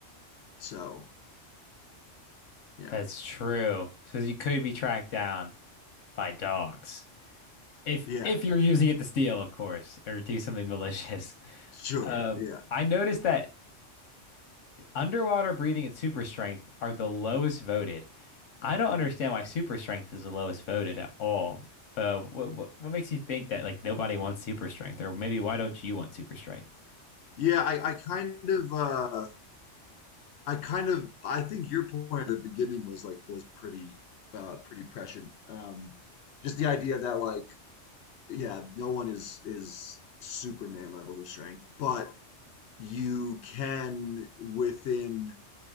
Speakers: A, on the left (about 65°); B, on the left (about 80°).
A: so yeah,
B: That's true. So you could be tracked down by dogs if
A: yeah,
B: if you're using it to steal, of course, or do something malicious. <laughs>
A: sure,
B: Um,
A: yeah,
B: I noticed that underwater breathing and super strength are the lowest voted. I don't understand why super strength is the lowest voted at all. Uh, what, what what makes you think that like nobody wants super strength, or maybe why don't you want super strength?
A: yeah. I I kind of uh. I kind of I think your point at the beginning was like was pretty uh pretty prescient. Um just the idea that like yeah, no one is is Superman levels of strength, but you can within